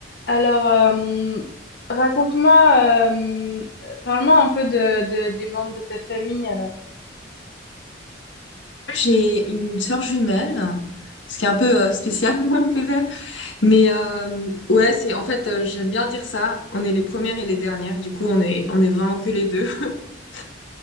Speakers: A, on the left; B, on the left.
A: Alors, euh, raconte-moi, euh, parle-moi un peu de, de- des membres de ta famille alors.
B: J'ai une sœur jumelle, ce qui est un peu euh, spécial <laughs> peut-être. Mais euh, ouais, c'est en fait euh, j'aime bien dire ça. On est les premières et les dernières. Du coup, on est on est vraiment que les deux. <laughs>